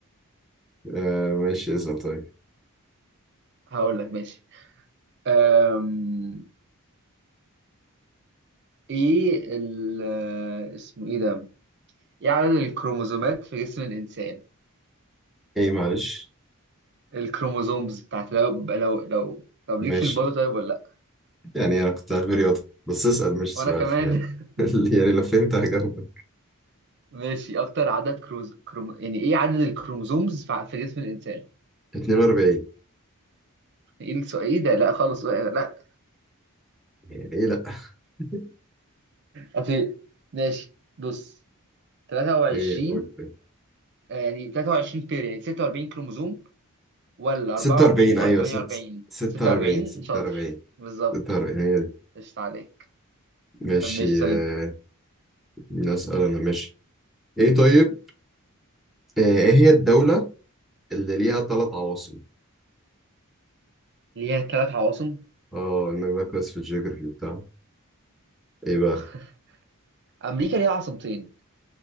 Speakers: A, in the centre; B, on the right.
A: آه ماشي اسأل طيب
B: <laughs> هقول لك ماشي أم... ايه ال اسمه ايه ده؟ ايه عدد الكروموزومات في جسم الانسان؟
A: ايه معلش
B: الكروموزومز بتاعت لو لو لو طب ليك
A: ماشي
B: في البايو طيب ولا لا؟
A: يعني انا كنت عارف رياضة بس اسأل مش
B: وانا
A: سؤال
B: كمان
A: يعني
B: <laughs>
A: <laughs> يعني لو فهمت هجاوبك
B: ماشي اكتر عدد كروز... كروم... يعني ايه عدد الكروموزومز في في جسم الانسان؟
A: 42
B: ايه السؤال ايه ده لا خالص لا
A: يعني ايه لا <laughs>
B: اصل ماشي بص 23
A: ايه قول طيب.
B: آه، يعني 23 بير يعني 46 كروموزوم ولا
A: 46
B: 44
A: ايوه
B: ولا 48
A: ست- 46
B: 46
A: 46
B: شاطر بالظبط
A: 46
B: قشطة عليك
A: ماشي
B: طب ماشي سلمت
A: آه، نسأل أنا ماشي إيه طيب آه، إيه هي الدولة اللي ليها ثلاث عواصم؟
B: ليها ثلاث عواصم
A: آه إنك بقى كويس في الجيوغرافي وبتاع إيه بقى؟
B: <laughs> امريكا ليها عاصمتين